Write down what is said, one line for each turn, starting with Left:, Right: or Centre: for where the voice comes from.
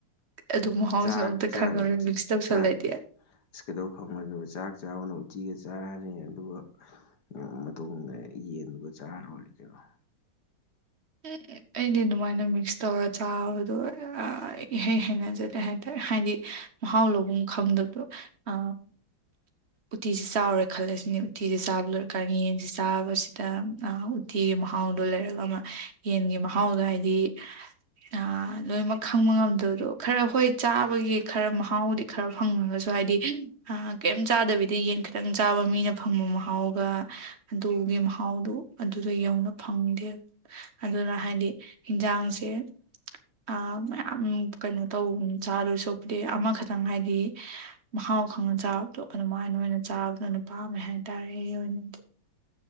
Right: ꯑꯗꯨ ꯃꯍꯥꯎꯁꯨ
Left: ꯆꯥꯛ
Right: ꯑꯝꯇ
Left: ꯆꯔ
Right: ꯈꯪꯉꯔꯣꯏ
Left: ꯆꯥꯛ
Right: ꯃꯤꯛꯁ ꯇꯧꯁꯜꯂꯗꯤ
Left: ꯆꯥꯛ ꯀꯩꯗꯧ ꯈꯪꯉ‌ꯣꯏꯗꯩꯕ ꯆꯥꯛ ꯆꯥꯕꯅ ꯎꯇꯤꯒ ꯆꯥꯔꯅꯤ ꯑꯗꯨꯒ ꯑꯥ ꯃꯇꯨꯡꯗ ꯌꯦꯟꯗꯨ ꯆꯥꯔ ꯂ‌ꯣꯏꯔ‌ꯦ ꯀꯩꯅꯣ
Right: ꯑꯦ ꯑꯩꯗꯤ ꯑꯗꯨꯃꯥꯏꯅ ꯃꯤꯛꯁ ꯇꯧꯔ ꯆꯥꯕꯗꯣ ꯏꯍꯩ ꯍꯩꯅꯖꯗꯦ ꯍꯥꯏꯇꯥꯏ ꯍꯥꯏꯗꯤ ꯃꯍꯥꯎ ꯂꯧꯐꯝ ꯈꯪꯗꯕꯗꯣ ꯑ ꯎꯇꯤꯁꯦ ꯆꯥꯎꯔꯦ ꯈꯜꯂꯁꯤꯅꯤ ꯎꯇꯤꯁꯦ ꯆꯥꯕ ꯂꯣꯏꯔꯀꯥꯟ ꯌꯦꯟꯁꯦ ꯆꯥꯕꯁꯤꯗ ꯑ ꯎꯇꯤꯒꯤ ꯃꯍꯥꯎꯗꯣ ꯂꯩꯔꯒ ꯑꯃ ꯌꯦꯟꯒꯤ ꯃꯍꯥꯎꯗꯣ ꯍꯥꯏꯗꯤ ꯑ ꯂꯣꯏꯅꯃꯛ ꯈꯪꯕ ꯉꯝꯗꯕꯗꯣ ꯈꯔ ꯍꯣꯏ ꯆꯥꯕꯒꯤ ꯈꯔ ꯃꯍꯥꯎꯗꯤ ꯈꯔ ꯐꯪꯉꯒꯁꯨ ꯍꯥꯏꯗꯤ ꯀꯩꯝ ꯆꯥꯗꯕꯤꯗ ꯌꯦꯟ ꯈꯤꯇꯪ ꯆꯥꯕ ꯃꯤꯅ ꯐꯪꯕ ꯃꯍꯥꯎꯒ ꯑꯗꯨꯒꯤ ꯃꯍꯥꯎꯗꯨ ꯑꯗꯨꯗꯣ ꯌꯧꯅ ꯐꯪꯗꯦ ꯑꯗꯨꯅ ꯍꯥꯏꯗꯤ ꯌꯦꯟꯖꯥꯡꯁꯦ ꯑ ꯃꯌꯥꯝ ꯀꯩꯅꯣ ꯇꯧ ꯆꯥꯗꯣꯏ ꯁꯔꯨꯛꯄꯨꯗꯤ ꯑꯃꯈꯛꯇꯪ ꯍꯥꯏꯗꯤ ꯃꯍꯥꯎ ꯈꯪꯅ ꯆꯥꯕꯗꯣ ꯑꯗꯨꯃꯥꯏꯅ ꯑꯣꯏꯅ ꯆꯥꯕꯗꯨꯅ ꯄꯥꯝꯃꯦ ꯍꯥꯏꯇꯥꯔꯦ ꯑꯩꯒꯤ ꯑꯣꯏꯅꯗꯤ